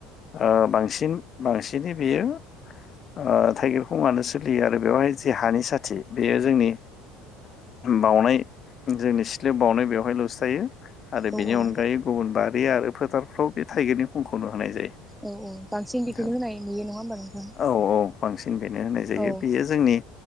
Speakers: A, on the left (about 35°); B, in the centre.
A: ओ बांसिन बांसिनहै बियो ओ थाइगिर खं आनो सोलियो आरो बेवहाय जे हानि साथि बेयो जोंनि बावनाय जोंनि सिथलायाव बावनाय बेवहायलसो थायो आरो
B: औ
A: बेनि
B: औ
A: अनगायै गुबुन बार बे आरो फोथारफ्राव बे थाइगिरनि खंखौनो होनाय जायो।
B: औ औ बांसिन
A: नोंथां
B: बेखौनो होनाय नुयो नङा होमबा नोंथां?
A: औ औ बांसिन बेनो होनाय जायो
B: औ
A: बियो जोंनि